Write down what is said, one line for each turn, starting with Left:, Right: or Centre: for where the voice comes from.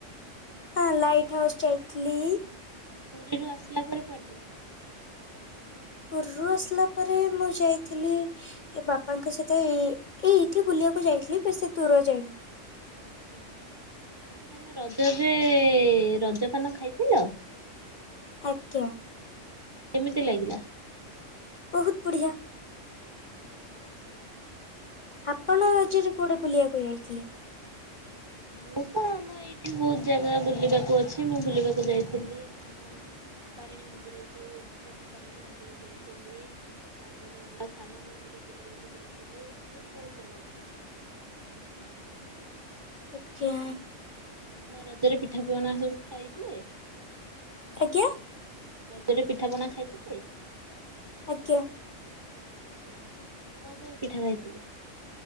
Left: ହଁ ଲାଇଟ୍ ହାଉସ୍ ଯାଇଥିଲି।
Right: ପୁରୀରୁ ଆସିଲା ପରେ କୁଆଡେ ଯାଇଥିଲ?
Left: ପୁରୀରୁ ଆସିଲା ପରେ ମୁଁ ଯାଇଥିଲି ଏ ବାପାଙ୍କ ସହିତ ଏଇ ଏଇ ଏଇଠି ବୁଲିବାକୁ ଯାଇଥିଲି ବେଶୀ ଦୂର ଯାଇନି।
Right: ଆଚ୍ଛା। ଆଛା ତମେ ରଜରେ ରଜପାନ ଖାଇଥିଲ?
Left: ଆଜ୍ଞା।
Right: କେମିତି ଲାଗିଲା?
Left: ବହୁତ ବଢ଼ିଆ।
Right: ଆଚ୍ଛା।
Left: ଆପଣ ରଜରେ କୁଆଡେ ବୁଲିବାକୁ ଯାଇଥିଲେ?
Right: ମୁଁ ତ ଆମ ଏଇଠି ବହୁତ ଜାଗା ବୁଲିବାକୁ ଅଛି ମୁଁ ବୁଲିବାକୁ ଯାଇଥିଲି। ଆମ ତାରିଣୀ ମନ୍ଦିରକୁ <unintelligible> ତାରିଣୀ ମନ୍ଦିର ଯାଇଥିଲି ତାପରେ ସାନଘାଗେରା ବୁଲିବାକୁ ଯାଇଥିଲି। ଥିଲ ଏମତି ବହୁତ ଜାଗା ବୁଲିଛି।
Left: ଆଜ୍ଞା।
Right: ଆପଣ ରଜରେ ପିଠା ପଣା ସବୁ ଖାଇଥିଲେ?
Left: ଆଜ୍ଞା।
Right: ରଜରେ ପିଠାପଣା ଖାଇଥିଲେ?
Left: ଆଜ୍ଞା।
Right: ଆଛା କଣ କଣ ପିଠା ଖାଇଥିଲେ?